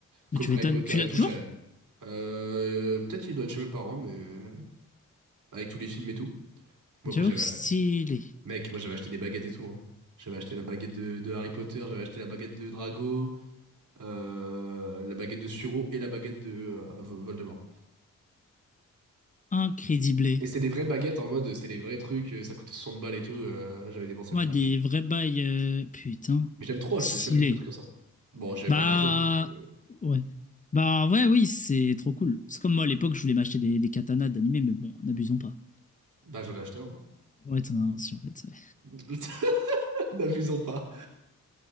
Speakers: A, on the right; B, on the left.
A: coffret
B: Mais tu m'étonnes.
A: Harry Potter
B: Tu l'as
A: et tout,
B: toujours?
A: j'ai, euh, peut-être il doit être chez mes parents mais euh, avec tous les films et tout. Bon
B: J'avoue
A: après j'avais,
B: que stylé.
A: mec moi j'avais acheté des baguettes et tout, hein. J'avais acheté la baguette de, de Harry Potter, j'avais acheté la baguette de Drago, euh, la baguette de Suro et la baguette de euh, Voldemort.
B: Incrédible.
A: Et c'était des vraies baguettes en mode, c'était les vrais trucs, euh, ça coûtait 60 balles et tout, euh, j'avais dépensé
B: Ouais,
A: masse.
B: des vrais bails. euh, Putain.
A: Mais j'aime trop, acheter-
B: Stylé.
A: j'aime trop les trucs comme ça. Bon, j'avais
B: Bah.
A: pas gardé parce que
B: Ouais. Bah, ouais, oui, c'est trop cool. C'est comme moi à l'époque, je voulais m'acheter des, des katanas d'animé, mais bon, n'abusons pas.
A: bah j'en ai acheté un moi.
B: Ouais, t'en as un aussi en fait. ouais.
A: <laughs> N'abusons pas.